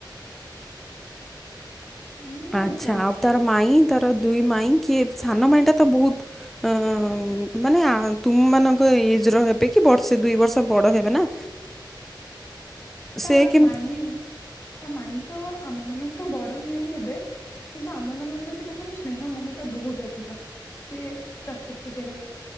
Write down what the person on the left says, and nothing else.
<inaudible> ମୁଁ
ଯାଉଛି
ତା
ମାଇଁ ତା ମାଇଁତ ଆମ ମାନଙ୍କଠୁ ବଡ଼ ନିହାତି ହେବେ। କିନ୍ତୁ ଆମ ମାନଙ୍କ ପ୍ରତି ତାଙ୍କର ସ୍ନେହ ମମତା ବହୁତ୍ ଅଧିକ। ସେ ପ୍ରତ୍ୟେକଟି ଜାଗାରେ